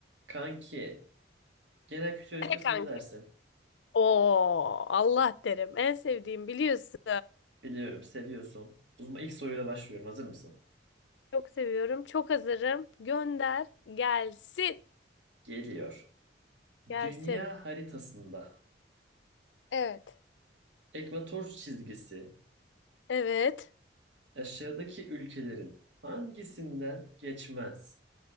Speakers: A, on the right; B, on the left.
A: Kanki, genel kültür yarışmasına
B: Ne kanki?
A: ne dersin?
B: Oo, Allah derim. En sevdiğim biliyorsun.
A: Biliyorum, seviyorsun. O zaman ilk soruyla başlıyorum. Hazır mısın?
B: Çok seviyorum. Çok hazırım. Gönder. Gelsin.
A: Geliyor.
B: Gelsin.
A: Dünya haritasında
B: Evet.
A: ekvator çizgisi
B: Evet.
A: aşağıdaki ülkelerin hangisinden geçmez?